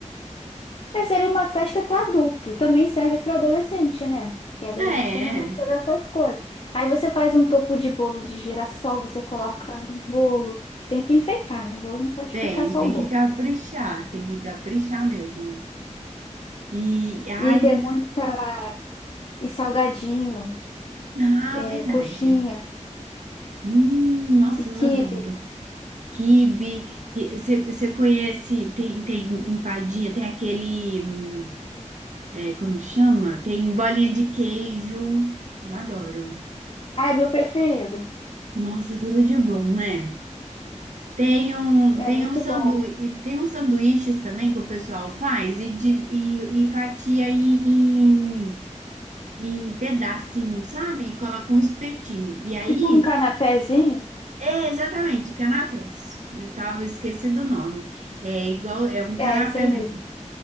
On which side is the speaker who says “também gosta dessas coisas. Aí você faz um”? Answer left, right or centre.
Left